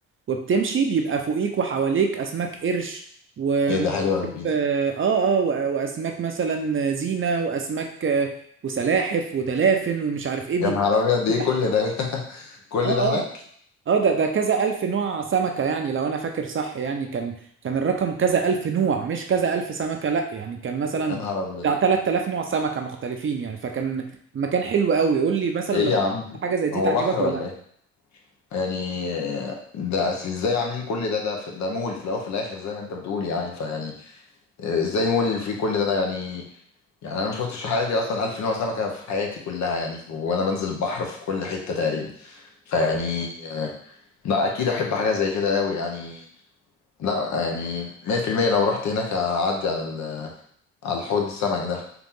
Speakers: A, on the right; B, on the left.
A: وبتمشي بيبقى فوقيك وحواليك أسماك قرش و
B: ايه ده حلو قوي
A: آه آه وأ- وأسماك مثلا زينة وأسماك آه، وسلاحف ودلافن ومش عارف إيه بيبقى
B: يا نهار ابيض ايه
A: تحتيه
B: كل ده <laughs> كل
A: اه
B: ده
A: آه.
B: هناك
A: اه ده ده كذا ألف نوع سمكة يعني لو أنا فاكر صح يعني كان كان الرقم كذا ألف نوع مش كذا ألف سمكة لأ يعني كان مثلا
B: يا نهار ابيض
A: بتاع 3000 نوع سمكة مختلفين يعني فكان مكان حلو قوي قول لي مثلا
B: ايه
A: لو
B: يا عم
A: حاجة زي دي
B: هو
A: تعجبك
B: بحر ولا
A: ولا لأ
B: ايه يعني ده أصل ازاي عاملين كل ده ده في- ده مول في الاول وفي الاخر زي ما انت بتقول يعني فيعني ازاي مول في كل ده ده يعني يعني انا ما شفتش في حياتي اصلا الف نوع سمكه في حياتي كلها يعني ف- وانا بنزل البحر في كل حته تقريبا فيعني آه، لا اكيد احب حاجه زي كده قوي يعني لا يعني 100% لو رحت هناك هعدي على ال- على الحوض السمك ده